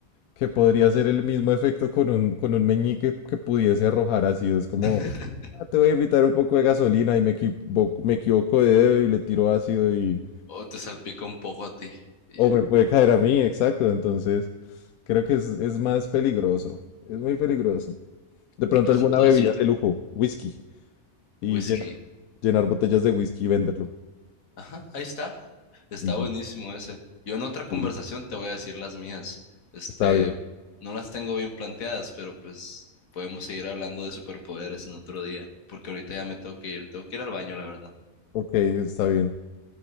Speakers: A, on the left (about 85°); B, on the left (about 70°).
A: que podría ser el mismo efecto con un, con un meñique que pudiese arrojar ácido. Es como,
B: <laughs>
A: "Ah, te voy a invitar un poco de gasolina y me equivoco, me equivoco de dedo y le tiro ácido y...
B: O te salpica un poco a ti. Y
A: O
B: ya.
A: me puede caer a mí, exacto. Entonces, creo que es, es más peligroso. Es muy peligroso. De pronto
B: Pues
A: alguna
B: entonces,
A: bebida de lujo, whisky, y
B: whisky.
A: llena llenar botellas de whisky y venderlo.
B: Ajá, ahí está. Está
A: Mm,
B: buenísimo ese. Yo en otra conversación
A: Sí,
B: te voy a decir las mías. Este,
A: Está bien.
B: no las tengo bien planteadas, pero pues podemos seguir hablando de superpoderes en otro día, porque ahorita ya me tengo que ir. Tengo que ir al baño, la verdad.
A: Ok, está bien.